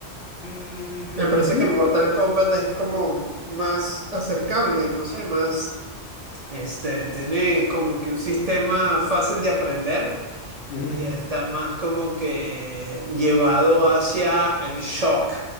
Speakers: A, on the left; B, on the right.
A: mm,
B: Me parece
A: ujú,
B: que Mortal Kombat es como más acercable, no sé, más, este, tiene como que un sistema fácil de aprender
A: ujú.
B: y está más como que llevado hacia el shock